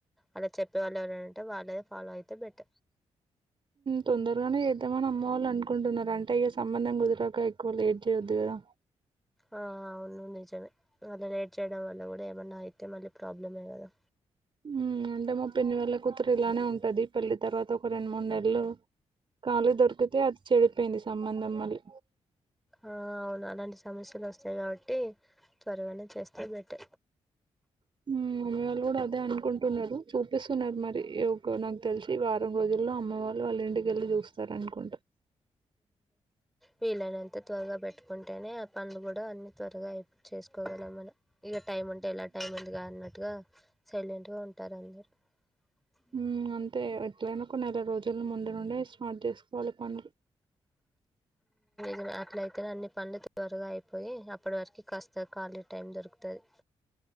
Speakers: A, in the centre; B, on the right.
A: అలా చెప్పేవాళ్ళు ఎవర వాళ్ళద ఫాలో అయితే బట్ట
B: తొందరగానే చేద్దామని అమ్మవళ్ అనుకుంటున్నారు అంటే ఇక సంబంధం కుదిరక ఎక్కువ లేట్ చేయొద్దు కదా
A: ఆ అవును నిజమే అలా లేట్ చేయడం వల్ల కూడా ఏమన్నా అయితే మళ్ళీ ప్రాబ్లమే కదా
B: మ్మ్ అంటే పిన్ని వాళ్ళ కూతురు ఇలానే ఉంటది పెళ్లి తర్వాత ఒక రెండు మూడు నెలలు కాళీ దొరికితే అది చెడిపోయింది సంబంధం మళ్ళీ
A: ఆ అవును అలాంటి సమస్యలు వస్తాయి కాబట్టి త్వరగానే చస్త పెట్
B: మ్మ్ మమ్మీ వాళ్ళు కూడా అదే అనుకుంటున్నారు చూపిస్తున్నారు మరి నాకు తెలిసి వారం రోజుల్లో అమ్మ వాళ్ళు వాళ్ళ ఇంటికెళ్ళి చూస్తారు అనుకుంటారు
A: వీలైనంత త్వరగా పెట్టుకుంటేనే ఆ పండ్లు కూడా అన్ని త్వరగా అయిపోయి చేసుకోవగాల మన ఇక టైం ఉంటే ఎలా టైం ఉందిగా అన్నట్టుగా సైలెంట్ గా ఉంటారు అందరు హ
B: మ్మ్ అంతే ఎట్లైనా కొ నెల రోజుల ముందు నుండి స్మార్ట్ చేసుకోవాలి పనులు
A: ద అట్ల అయితేనే అన్ని పనులు త్వరగా అయిపోయి అప్పటి వరకు కాస్త ఖాళీ టైం దొరుకుతుంది